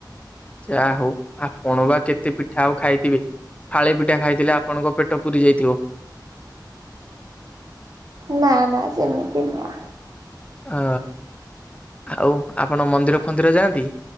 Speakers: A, on the left; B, on the right.
A: ଯାହା ହଉ ଆପଣ ବା କେତେ ପି ପିଠା ଆଉ ଖାଇଥିବି ଫାଳେ ପିଠା ଖାଇଥିଲେ ଆପଣଙ୍କ ପେଟ ଟ ପୁରୀ ଯାଇଥିବ।
B: ନା ନା ସେମିତି ନୁହଁ।
A: ହଁ ଆଉ ଆପଣ ମନ୍ଦିର ଫନ୍ଦିର ଯାଆନ୍ତି।